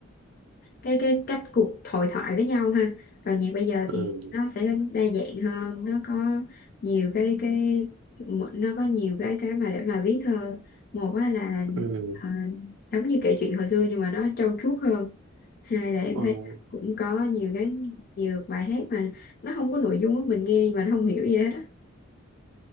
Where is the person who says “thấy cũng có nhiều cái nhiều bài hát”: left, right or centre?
Left